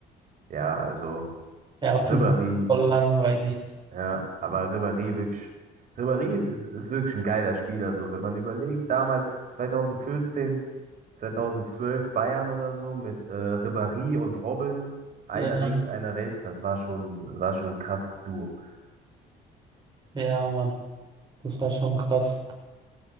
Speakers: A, on the right (about 50°); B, on the right (about 25°).
A: ja, also
B: Ja,
A: Ribéry
B: finde ich voll langweilig.
A: Ja, aber Ribéry wirklich, Ribéry ist, ist wirklich ein geiler Spieler. So, wenn man überlegt, damals 2014, 2012 Bayern oder so mit äh, Ribéry und Robben, einer
B: Ja,
A: links, einer rechts, das war schon, das war schon ein krasses Duo.
B: ja, Mann, das war schon krass.